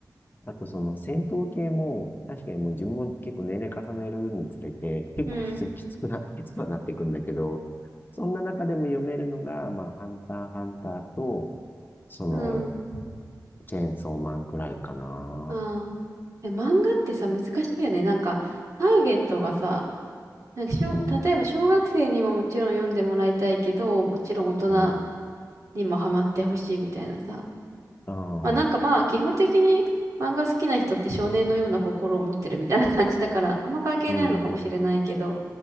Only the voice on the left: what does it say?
あとその戦闘系も、確かにもう自分も結構年齢重ねるにつれて、結構普通にきつくな、
きつくはなってくんだけど、そんな中でも読めるのが、まあ、ハンター、ハンターと、その、
チェーンソーマンくらいかな。
うん、
うん、
ああ、
うん、